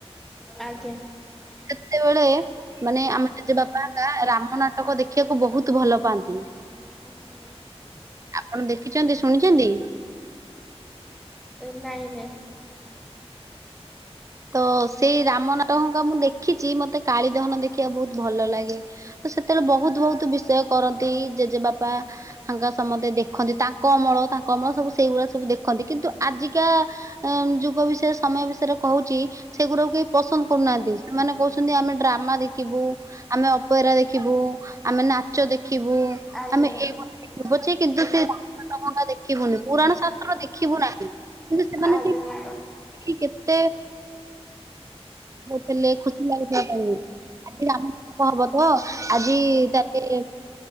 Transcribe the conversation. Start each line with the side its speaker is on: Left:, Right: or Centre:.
Centre: ଆଚ୍ଛା
Right: ସେତେବେଳେ ମାନେ ଆମେ ଜେଜେ ବାପା ରାମ ନାଟକ ଦେଖିବାକୁ ବହୁତ ଭଲ ପାଆନ୍ତି।
Centre: ଆଚ୍ଛା ମ୍ୟାଡମ।
Right: ଆପଣ ଦେଖିଛନ୍ତି ଶୁଣିଛନ୍ତି?
Centre: ନାଇଁ ନହିଁ।
Right: ତ ସେଇ ରାମନାଟଙ୍କା ମୁଁ ଦେଖିଛି ମତେ କାଳୀଦହନ ଦେଖିବା ବହୁତ ଭଲ ଲାଗେ ତ ସେତେବେଳେ ବହୁତ ବହୁତ ବିଷୟ କରନ୍ତି ଜେଜେ ବାପାଙ୍କ ହାଁକା ସମସ୍ତେ ଦେଖନ୍ତି ତାଙ୍କ ଅମଳ ତାଙ୍କ ଅମଳ ସବୁ ସେଇଗୁଡା ସବୁ ଦେଖ ଦେଖନ୍ତି କିନ୍ତୁ ଆଜିକା ଯୁଗ ବିଷୟରେ ସମୟ ବିଷୟ କହୁଛି ସେଗୁଡାକୁ କେହି ପସନ୍ଦ କରୁନାହାନ୍ତି ସେମାନେ କହୁଛନ୍ତି ଆମେ ଡ୍ରାମା ଦେଖିବୁ ଆମେ ପଇରା ଦେଖିବୁ ଆମେ ନାଚ ଦେଖିବୁ
Centre: ଆଜ୍ଞା
Right: ଆମେ
Centre: ମ୍ୟାଡ଼ାମ
Right: ଏଇଗ ଦେଖିବୁ ପଛେ କିନ୍ତୁ ସେ ଦେଖିବୁନି ପୁରାଣ ଶାସ୍ତ୍ର ଦେଖିବୁ ନାହିଁ କିନ୍ତୁ ସେମାନେ
Centre: ଆଜ୍ଞା
Right: ସେଇ
Centre: ମ୍ୟାଡ଼ାମ
Right: କି କେତେ ଥିଲେ ଖୁସି ଲାଗୁଥିଲା ଆଜି ଆମ ପୁଅ ଆଜି ତାଲେ